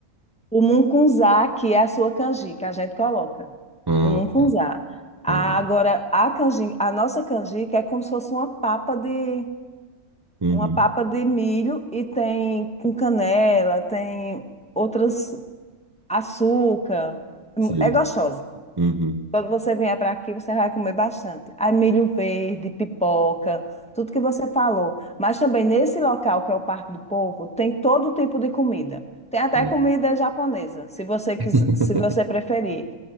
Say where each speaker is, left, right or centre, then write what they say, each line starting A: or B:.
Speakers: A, in the centre; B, on the right (about 25°).
A: o mungunzá aqui é a sua canjica, a gente coloca
B: Ah,
A: no mungunzá.
B: tá.
A: Ah,
B: Ah,
A: Agora, a canjica, a nossa canjica é como se fosse uma papa de,
B: Uhum.
A: uma papa de milho e tem com canela, tem outras açúcar.
B: Sim.
A: É gostosa.
B: Uhum.
A: Quando você vier para aqui, você vai comer bastante. Aí milho verde, pipoca, tudo que você falou. Mas também nesse local, que é o Parque do Povo, tem todo tipo de comida. Tem até
B: É.
A: comida japonesa, se você quiser,
B: <laughs>
A: se você preferir.